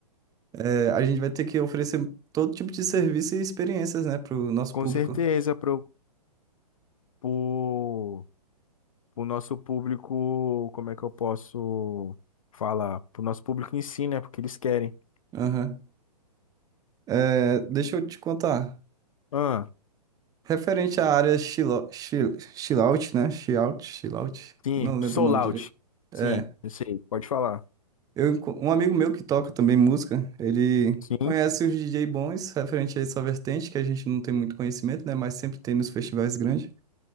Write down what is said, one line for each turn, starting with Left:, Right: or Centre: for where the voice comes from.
Right: é, a gente vai ter que oferecer todo tipo de serviço e experiências, né, pro nosso
Left: Com
Right: público.
Left: certeza, pro, pro, pro nosso público, como é que eu posso falar? Pro nosso público em si, né? Porque eles querem.
Right: Aham. É, deixa eu te contar.
Left: Ah,
Right: Referente à área chilo- chi- chillout, né? Chillout, chillout,
Left: sim,
Right: não lembro
Left: sou
Right: o nome
Left: out
Right: direito. É,
Left: Sim, eu sei, pode falar.
Right: eu, enco- um amigo meu que toca também música, ele
Left: Sim,
Right: conhece os DJ bons referente a essa vertente, que a gente não tem muito conhecimento, né? Mas sempre tem nos festivais grandes.